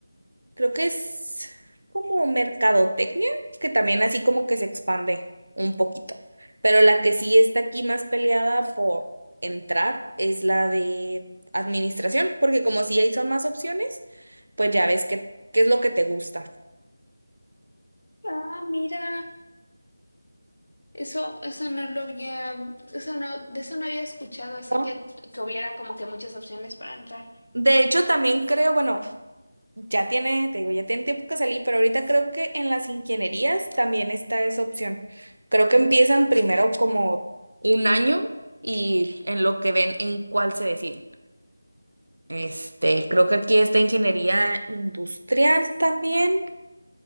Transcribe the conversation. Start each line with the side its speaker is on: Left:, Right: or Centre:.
Right: Creo que es como mercadotecnia, que también así como que se expande un poquito. Pero la que sí está aquí más peleada por entrar es la de administración, porque como sí ahí son más opciones, pues ya ves qué, qué es lo que te gusta,
Left: Ah, mira, eso, eso no lo había, eso no, de eso no había escuchado, así
Right: ¿no?
Left: que que hubiera como que muchas opciones para entrar.
Right: De hecho, también creo, bueno, ya tiene, te digo, ya tiene tiempo que salí, pero ahorita creo que en las ingenierías también está esa opción. Creo que empiezan primero como un año y en lo que ven en cuál se deciden. Este, creo que aquí está ingeniería industrial también.